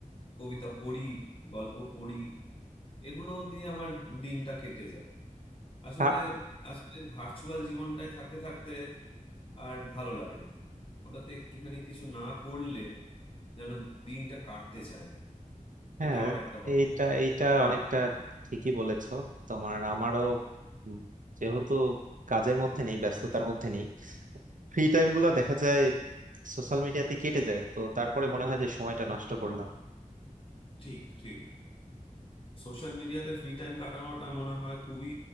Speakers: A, on the left; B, on the right.
A: কবিতা পড়ি গল্প পড়ি এগুলো দিয়ে আমার দিনটা কেটে যায় আসলে
B: আ-
A: আসলে ভার্চুয়াল জীবনটায় থাকতে থাকতে আর ভালো লাগে না ওটাতে একটুখানি কিছু না করলে যেন দিনটা কাটতে চায় না
B: হ্যাঁ
A: এটা আমার একটা হব
B: এইটা এইটা
A: পড়া
B: অনেকটা ঠিকই বলেছো তোমার আমারও উম যেহেতু কাজের মধ্যে নেই ব্যস্ততার মধ্যে নেই ফ্রি টাইম গুলো দেখা যায় সোশ্যাল মিডিয়াতে কেটে যায় তো তারপরে মনে হয় যে সময়টা নষ্ট করলাম
A: ঠিক ঠিক সোশ্যাল মিডিয়াতে ফ্রি টাইম কাটানোটা মনে হয় খুবই